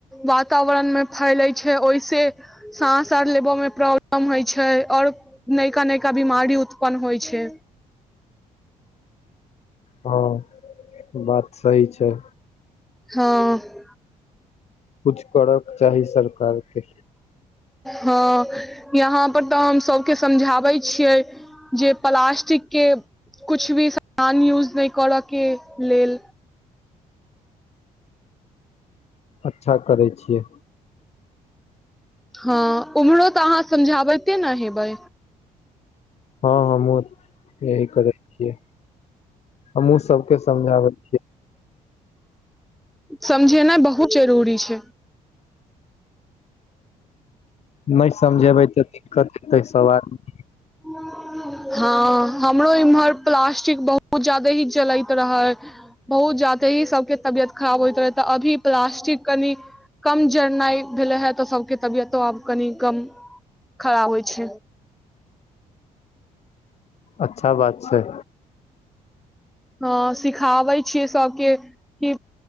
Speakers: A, in the centre; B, on the left.
A: वातावरणमे फैलै छै ओहिसे साँस आर लेबय मे प्रॉब्लम होइ छै आओर नैका नैका बीमारी उत्पन्न होइ छै
B: हँ ई तऽ बात सही छै
A: हँ
B: कुछ करऽके चाही सरकारके
A: हँ यहाँ पर तऽ हम सबके समझाबै छियै जे प्लास्टिक के कुछ भी समान यूज नहि करऽ के लेल
B: अच्छा करै छियै
A: हँ उम्हरो तऽ अहाँ समझाबैते ने हेबै
B: हँ हमहुँ यही करै छियै हमहुँ सबके समझाबै छियै
A: समझेना बहुत जरूरी छै
B: नहि समझेबै तऽ दिक्कत हेतै सभ आदमी
A: <unintelligible> हँ हमरो इम्हर प्लास्टिक बहुत ज्यादे ही जलैत रहै बहुत ज्यादे ही सबके तबियत खराब होइत रहै तऽ अभी प्लास्टिक कनि कम जड़नाइ भेले हे तऽ सबके तबियतो आब कनि कम खड़ाब होइ छै
B: अच्छा बात छै
A: ह सिखाबै छियै सबके कि